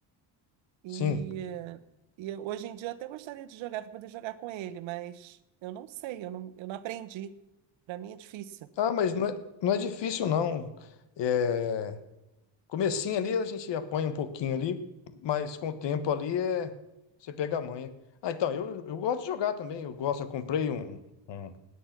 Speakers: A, on the right; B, on the left.
A: E,
B: sim.
A: eh, e eu- hoje em dia eu até gostaria de jogar para poder jogar com ele, mas eu não sei, eu não, eu não aprendi. Para mim é difícil.
B: Ah, mas não é, não é difícil, não. É, comecinho ali a gente apanha um pouquinho ali, mas com o tempo ali é. Você pega a manha. Ah, então, eu, eu gosto de jogar também. Eu gosto, eu comprei um, um,